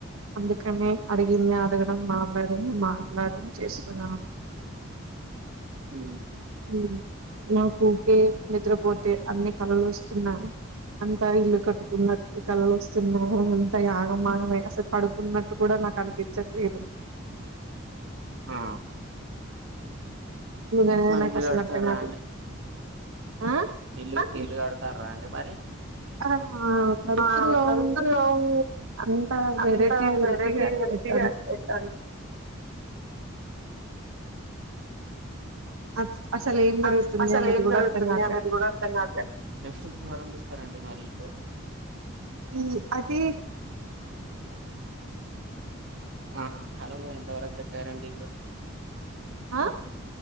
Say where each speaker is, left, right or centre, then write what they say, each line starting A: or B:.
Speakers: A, on the right; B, on the right.
A: అందుకని అడిగిందే అడగడం మాట్లాడిందే మాట్లాడడం చేస్తున్నాను
B: ఉ
A: ఉ. నాకూ ఊకే నిద్రపోతే అన్ని కలలు వస్తున్నాయి. అంతా ఇల్లు కట్టుకున్నట్టు కలలు వస్తున్నాయి అంత ఆగంయగమ అసలు పడుకున్నట్టు కూడా నాకు అనిపించట్లేదు
B: ఆ
A: నిజంగానే
B: మరి
A: నాకసలు
B: ఇల్లు కడతారా
A: అట్టకాదు ఆ
B: ఇ ఇల్లు కడతారా అండి మరి
A: ఆ! కడుతున్నావు
B: ఆ కడుతున్నాం
A: అంతా
B: అంతా
A: వెరైటీ వెరైటీగా
B: వెరైటీ వెరైటీగా
A: ఎట్టన్
B: ఉ
A: అస్ అసలేం జరుగుతుంది
B: అ అసలు
A: అనేది
B: ఏం
A: గూడా
B: జరుగుతుంది
A: అర్థం కాట్లే.
B: అనేది కూడా అర్థం కాట్లే ఎప్పుడు ప్రారంభిస్తారండి మరి ఇల్లు
A: ఈ అదే
B: ఆ కలలో ఎంత వరకు కట్టారండి ఇల్లు
A: ఆ